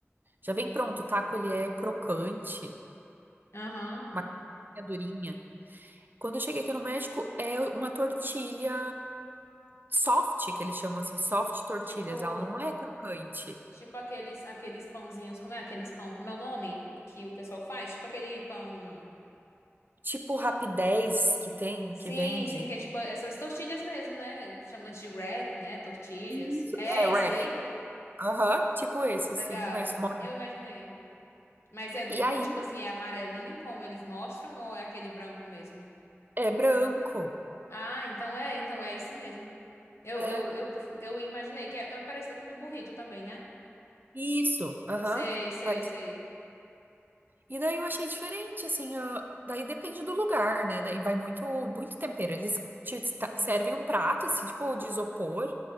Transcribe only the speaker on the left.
Aham.
Tipo,
tipo aqueles, aqueles pãozinhos, como é aqueles pão, como é o nome que o pessoal faz? Tipo aquele pão.
Sim,
sim, que é tipo essas tortilhas mesmo, né? Chama de wrap, né? Tortilhas.
É
esses aí?
Legal.
Eu imaginei. Mas é do,
é tipo assim, é amarelinho como eles mostram ou é aquele branco mesmo?
Ah, então é, então é esse mesmo. Eu,
eu, eu, eu imaginei que é, é parecido com o do burrito também, né?
Sei, sei,
sei.
Sim.